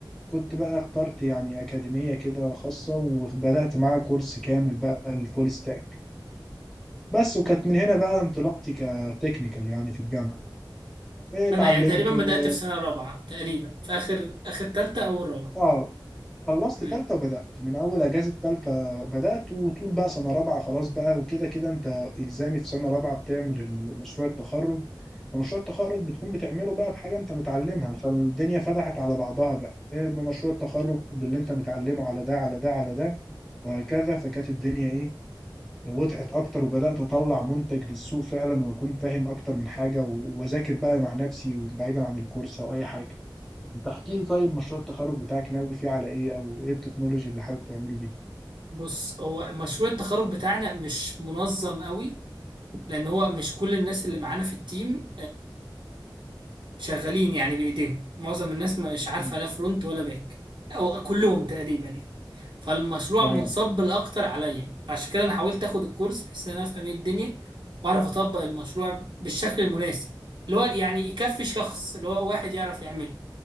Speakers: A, in the centre; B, on the right (about 70°).
A: كنت بقى اخترت يعني أكاديمية كده خاصة وبدأت معاها كورس كامل بقى الفول ستاك بس وكانت من هنا بقى انطلاقتي كتكنيكال يعني في الجامعة اتعلمت
B: فأنا يعني تقريبا بدأت
A: و...
B: في سنة رابعة تقريبا في آخر آخر تالتة أو رابعة
A: اه خلصت
B: أي.
A: تالتة وبدأت من أول أجازة تالتة بدأت وطول بقى سنة رابعة خلاص بقى وكده كده أنت إلزامي في سنة رابعة بتعمل ال- مشروع التخرج ومشروع التخرج بتكون بتعمله بقى بحاجة أنت متعلمها فالدنيا فتحت على بعضها بقى إيه بمشروع التخرج باللي أنت متعلمه على ده على ده على ده وهكذا فكانت الدنيا إيه وضحت أكتر وبدأت أطلع منتج للسوق فعلا وأكون فاهم أكتر من حاجة و- وأذاكر بقى مع نفسي بعيدا عن الكورس أو أي حاجة انت احكي لي طيب مشروع التخرج بتاعك ناوي فيه على ايه او ايه التكنولوجي اللي حابب تعمله بيه
B: بص هو مشروع التخرج بتاعنا مش منظم قوي لأن هو مش كل الناس اللي معانا في التيم شغالين يعني بايديهم معظم الناس مش عارفه
A: مم.
B: لا فرونت ولا باك او كلهم تقريبا يعني فالمشروع
A: تمام
B: منصب الاكتر عليا عشان كده انا حاولت اخد الكورس بحيث ان انا افهم ايه الدنيا واعرف اطبق المشروع بالشكل المناسب اللي هو يعني يكفي شخص اللي هو واحد يعرف يعمله